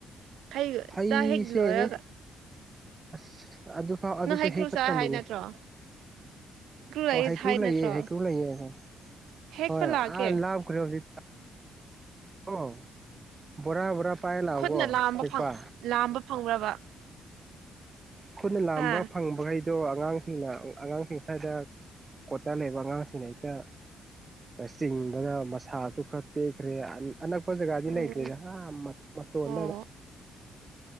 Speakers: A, on the right (about 80°); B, on the right (about 25°).
A: ꯍꯩ
B: ꯍꯩꯁꯦ
A: ꯆꯥꯛ ꯍꯦꯛ ꯂꯣꯢꯔꯒ
B: ꯑꯁ ꯑꯗꯨ ꯐꯥꯎ ꯑꯗꯨꯁꯨ
A: ꯅꯪ ꯍꯩꯀ꯭ꯔꯨ
B: ꯍꯦꯛꯄ
A: ꯆꯥꯏ
B: ꯇꯜꯂꯤꯅꯦ
A: ꯍꯥꯏ ꯅꯠꯇ꯭ꯔꯣ
B: ꯑꯣ
A: ꯂꯩ
B: ꯍꯩꯀ꯭ꯔꯨ
A: ꯍꯥꯏ
B: ꯂꯩꯌꯦ
A: ꯅꯠꯇ꯭ꯔꯣ
B: ꯍꯩꯀ꯭ꯔꯨ ꯂꯩꯌꯦ ꯍꯣꯢ
A: ꯍꯦꯛꯄ
B: ꯍꯣꯢ
A: ꯂꯥꯛꯀꯦ
B: ꯑꯥ ꯂꯥꯞ <unintelligible> ꯀꯣ ꯕꯣꯔꯥ ꯕꯣꯔꯥ ꯄꯥꯏ ꯂꯥꯛꯑꯣꯀꯣ
A: ꯈꯨꯠꯅ ꯂꯥꯝꯕ
B: ꯍꯦꯛꯄ
A: ꯐꯪ ꯂꯥꯝꯕ ꯐꯪꯕ꯭ꯔꯕ
B: ꯈꯨꯠꯅ ꯂꯥꯝꯕ
A: ꯍꯥ
B: ꯐꯪꯕꯒꯩ ꯑꯗꯣ ꯑꯉꯥꯡꯁꯤꯡꯅ ꯑꯉꯥꯡꯁꯤꯡ ꯁꯥꯢꯗ ꯀꯣꯇꯔ ꯂꯩꯕ ꯑꯉꯥꯡꯁꯤꯡꯅ ꯍꯦꯛꯇ ꯆꯤꯡꯕꯗ ꯃꯁꯥꯁꯨ ꯈꯔ ꯇꯦꯛꯈ꯭ꯔꯦ ꯑꯅꯛꯄ ꯖꯒꯥꯗꯤ
A: ꯎꯝ
B: ꯂꯩꯇ꯭ꯔꯦꯗ ꯑꯥ ꯃ ꯃꯇꯣꯟꯗꯗ
A: ꯑꯣ